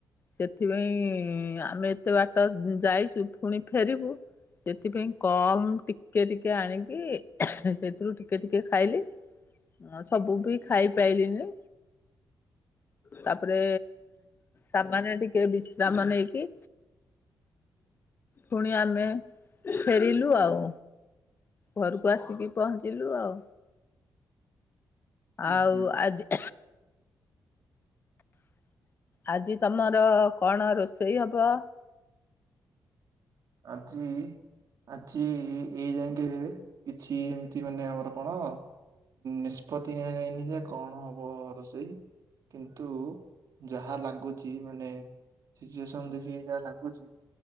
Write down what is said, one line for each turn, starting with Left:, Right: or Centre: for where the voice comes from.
Left: ସେଥିପାଇଁ ଆମେ କେତେ ବାଟ ଯାଇଛୁ ପୁଣି ଫେରିବୁ ସେଥିପାଇଁ କମ୍ ଟିକେ ଟିକେ ଆଣିକି ସେଥିରୁ ଟିକେ ଟିକେ ଖାଇଲି। ଅଁ ସବୁ ବି ଖାଇ ପାଇଲିନି। ତାପରେ ସାମନ୍ୟ ଟିକେ ବିଶ୍ରାମ ନେଇକି ଫୁଣି ଆମେ ଫେରିଲୁ ଆଉ। ଘରକୁ ଆସିକି ପହଞ୍ଚିଲୁ ଆଉ
Right: ହୁଁ
Left: ଆଉ
Right: ହୁଁ।
Left: ଆଜି ଆଜି ତମର କଣ ରୋଷେଇ ହବ।
Right: ଆଜି। ଆଜି ଏଇ ଯାକେଁ କିଛି ଏମିତି ମାନେ ଆମର କଣ? ନିଷ୍ପତି ନିଆଯାଇନି ଯେ କଣ ହବ ରୋଷେଇ। କିନ୍ତୁ ଯାହା ଲାଗୁଚି ମାନେ ସିଚୁଏସନ ଦେଖିକି ଯାହା ଲାଗୁଛି